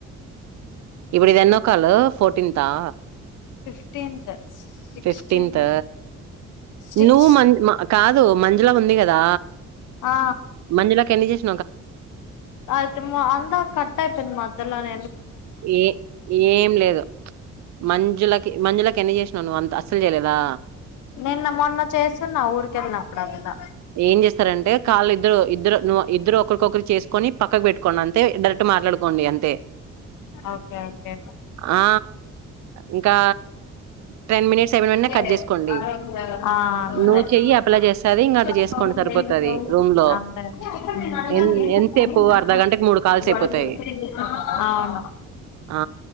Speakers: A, on the right; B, on the left.
A: ఇప్పుడు ఇది ఎన్నో కాలు ఫోర్టీన్త్ ఆ
B: ఫిఫ్టీన్త్ సిక్స్టీన్త్
A: ఫిఫ్టీంతా
B: సిక్స్
A: నువ్వు మం కాదు మంజల ఉంది కదా
B: ఆ
A: మంజులకి ఎన్ని చేసినవ్
B: అయితే మా అంతా కట్ ఐపోయింది మద్యలోనే
A: ఏ ఏం లేదు మంజులకి మంజులకి ఎన్ని చేసినావు నువ్వు అంత అస్సలు చేయలేదా
B: నిన్న మొన్న చేస్తున్న ఊరికి యేల్లినప్పుడల్లా
A: ఏం చేస్తరంటే కాళ్ళు ఇద్దరు ఇద్దరు ఇద్దరు ఒకరికొకరు చేసుకొని పక్కకు పెట్టుకోండి అంతే కరెక్టు మాట్లాడుకోండి అంతే
B: ఓకే ఓకే
A: ఆ ఇంకా టెన్ మినిట్స్
B: ఆ
A: అయిపోయిన వెంటనే కట్ చేసుకోండి
B: అంతే
A: నువ్వు చెయ్యి అప్లై చేస్తుంది ఇంకా
B: అంతే
A: అటు చేసుకోండి సరిపోతుంది రూమ్ లో
B: అంతే
A: ఎన్ ఎంతసేపు
B: ఉమ్
A: అర్ధ గంటకి మూడు కాల్స్ అయిపోతాయి
B: అవును
A: ఆ